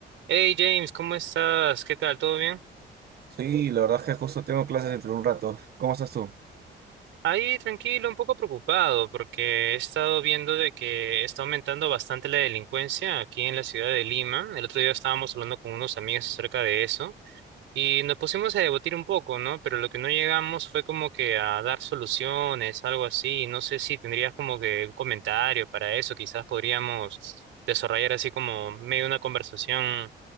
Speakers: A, on the right; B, on the right.
A: Hey James, ¿cómo estás? ¿Qué tal? ¿Todo bien?
B: Sí, la verdad es que justo tengo clases dentro de un rato. ¿Cómo estás tú?
A: Ahí tranquilo, un poco preocupado porque he estado viendo de que está aumentando bastante la delincuencia aquí en la ciudad de Lima. El otro día estábamos hablando con unos amigos acerca de eso y nos pusimos a debatir un poco, ¿no? Pero lo que no llegamos fue como que a dar soluciones, algo así. No sé si tendrías como que un comentario para eso. Quizás podríamos desarrollar así como medio una conversación